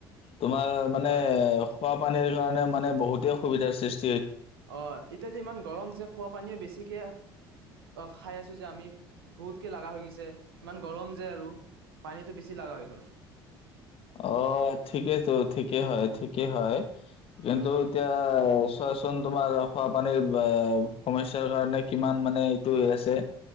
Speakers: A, on the left; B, on the right.
A: তোমাৰ মানে
B: হয়
A: খোৱা মানে এইবিলাকৰ কাৰণে মানে বহুতে অসুবিধ সৃষ্
B: অ, এতিয়া যে ইমান গৰম যে, খোৱা পানীয়ে বেছিকৈ খাই আছোঁ যে আমি, বহুতকৈ লগা হৈ গৈছে। ইমান গৰম যে আৰু, পানীটো বেছি লগা হৈ গ'ল।
A: অ ঠিকেইেতো, ঠিকেই হয়, ঠিকেই হয়।
B: হয়
A: কিন্তু
B: হয়
A: এতিয়া চোৱাচোন তোমাৰ খোৱাাপানীৰ বা, সমস্যাৰ কাৰণে কিমান মানে এইটো হৈ আছে?